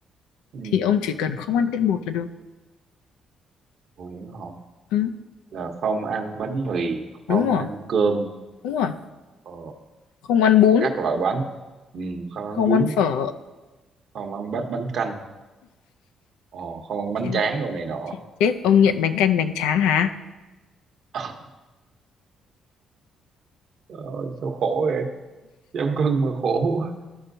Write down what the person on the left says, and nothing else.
thì ông chỉ cần không ăn tinh bột là được
ừ,
đúng rồi
đúng rồi
không ăn bún
không
ăn phở
chết,
chết, chết. ông nghiện bánh canh bánh tráng hả